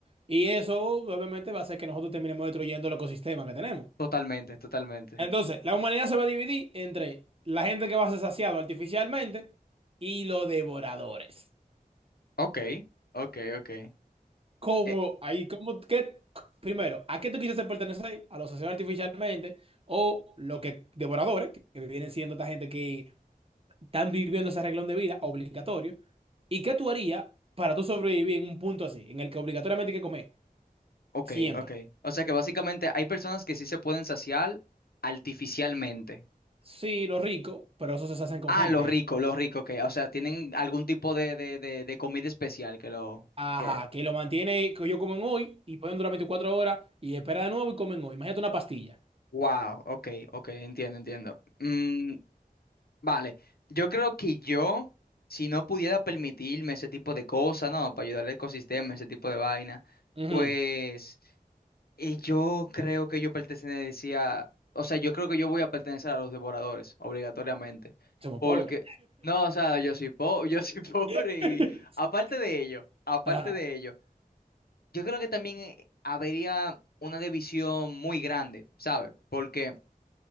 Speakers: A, on the right; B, on the left.
A: Y eso obviamente va a hacer que nosotros terminemos destruyendo el ecosistema que tenemos.
B: totalmente, totalmente.
A: Entonces, la humanidad se va a dividir entre la gente que va a ser saciado artificialmente y los devoradores.
B: Ok, ok, ok.
A: ¿Cómo?
B: Eh,
A: Ahí, ¿cómo? ¿Qué? Primero, ¿a qué tú quisiste pertenecer? ¿A los asesinos artificialmente? ¿O lo que devoradores, que que vienen siendo esta gente que están viviendo ese arreglón de vida obligatorio? ¿Y qué tú harías para tú sobrevivir en un punto así, en el que obligatoriamente hay que comer?
B: ok,
A: Siempre.
B: ok. O sea que básicamente hay personas que sí se pueden saciar artificialmente.
A: Sí, los ricos, pero eso se hacen con
B: Ah,
A: gente.
B: los ricos, los ricos, que, o sea, tienen algún tipo de, de, de, de comida especial que lo...
A: Ajá,
B: que-
A: que lo mantiene, que yo comen hoy y pueden durar 24 horas y espera de nuevo y comen hoy. Imagínate una pastilla.
B: Wow, ok, ok, entiendo, entiendo. Mm, Vale, yo creo que yo, si no pudiera permitirme ese tipo de cosas, ¿no? Para ayudar al ecosistema, ese tipo de vaina,
A: Ujú,
B: pues eh, yo creo que yo pertenecía, o sea, yo creo que yo voy a pertenecer a los devoradores, obligatoriamente,
A: Somos
B: porque,
A: pobres.
B: no, o sea, yo soy po- <laughs> yo soy pobre
A: <laughs>
B: y aparte de ello, aparte
A: Ajá.
B: de ello, yo creo que también eh, habría una división muy grande, ¿sabes? Porque